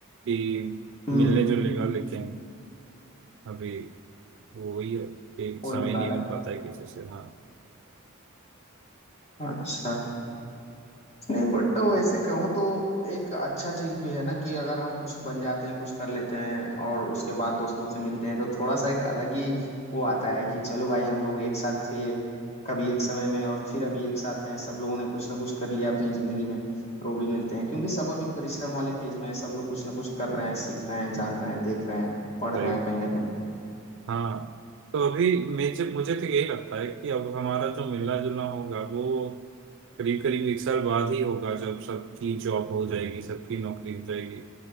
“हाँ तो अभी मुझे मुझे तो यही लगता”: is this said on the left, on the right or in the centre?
Right